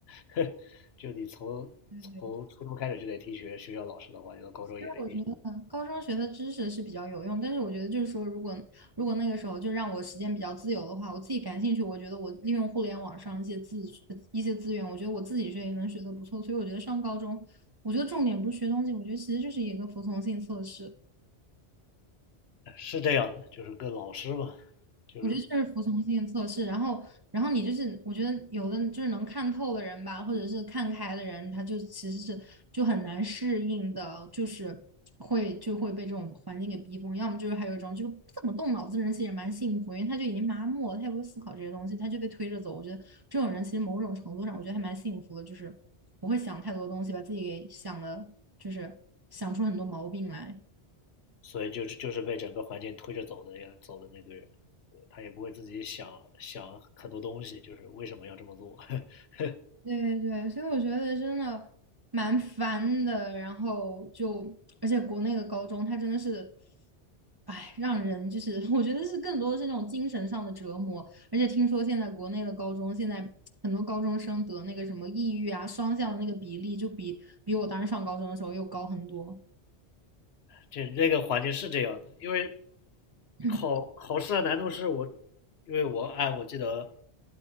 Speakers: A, on the left; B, on the right.
A: <laughs> 就你从从初中开始就得听学学校老师的话，
B: 对对
A: 你到高中也得听，
B: 其实我觉得高中学的知识是比较有用，但是我觉得就是说，如果如果那个时候就让我时间比较自由的话，我自己感兴趣，我觉得我利用互联网上一些资呃一些资源，我觉得我自己学也能学得不错，所以我觉得上高中，我觉得重点不是学东西，我觉得其实就是一个服从性测试。
A: 呃是这样的，就是跟老师嘛，就是
B: 我觉得就是服从性测试，然后，然后你就是，我觉得有的就是能看透的人吧，或者是看开的人，他就其实是就很难适应的，就是会就会被这种环境给逼疯。要么就是还有一种就是不怎么动脑子的人，其实也蛮幸福，因为他就已经麻木了，他也不会思考这些东西，他就被推着走。我觉得这种人其实某种程度上，我觉得还蛮幸福的，就是不会想太多东西，把自己给想的，就是想出很多毛病来。
A: 所以就是就是被整个环境推着走的呀，走的那堆人，他也不会自己想想很多东西，就是为什么要这么做，<laughs>
B: 对对，所以我觉得真的蛮烦的。然后就，而且国内的高中，它真的是，哎，让人就是，<laughs> 我觉得是更多是那种精神上的折磨。而且听说现在国内的高中，现在很多高中生得那个什么抑郁啊、双向的那个比例，就比比我当时上高中的时候又高很多。
A: 这那个环境是这样的，因为
B: <laughs>
A: 考考试的难度是我，因为我按我记得